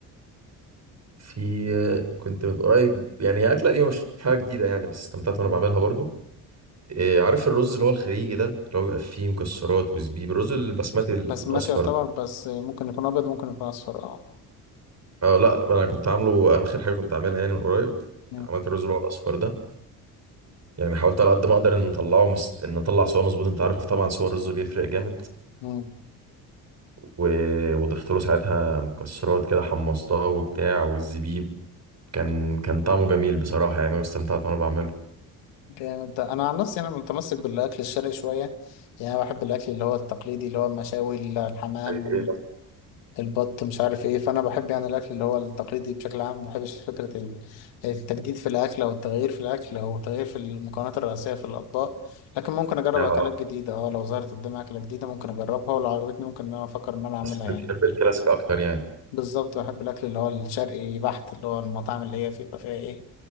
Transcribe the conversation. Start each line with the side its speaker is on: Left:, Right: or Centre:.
Right: في كنت من قريب يعني هي اكله قديمه مش حاجه جديده يعني بس استمتعت وانا
Left: مم.
Right: بعملها برضو أه عارف الرز اللي هو الخليجي ده اللي هو بيبقى فيه مكسرات وزبيب الرز البسمتي الاصفر
Left: بس ما يعتبر بس ممكن يكون ابيض ممكن يكون اصفر اه
Right: اه لا انا كنت عامله اخر حاجه كنت عاملها يعني من قريب
Left: مم.
Right: عملت الرز اللي هو الاصفر ده يعني حاولت على قد ما اقدر ان نطلعه مس... ان نطلع صوره مظبوط انت عارف طبعا صور الرز بيفرق جامد
Left: مم.
Right: و... وضفت له ساعتها مكسرات كده حمصتها وبتاع والزبيب كان كان طعمه جميل بصراحه يعني واستمتعت وانا بعمله
Left: جامد ده. انا عن نفسي انا متمسك بالاكل الشرقي شويه يعني أنا بحب الاكل اللي هو التقليدي اللي هو المشاوي الحمام
Right: <laughs> زي ايه بس
Left: البط مش عارف ايه فانا بحب يعني الاكل اللي هو التقليدي بشكل عام ما بحبش فكره ال- التجديد في الاكل او التغيير في الاكل او التغيير في المكونات الرئيسيه في الاطباق لكن ممكن اجرب
Right: آه،
Left: اكلات جديده اه لو ظهرت قدامي اكله جديده ممكن اجربها ولو عجبتني ممكن ان انا افكر ان انا اعملها
Right: بس بتحب
Left: يعني
Right: الكلاسيك اكتر يعني
Left: بالظبط بحب الاكل اللي هو الشرقي بحت اللي هو المطاعم اللي هي فيه- بيبقى فيها ايه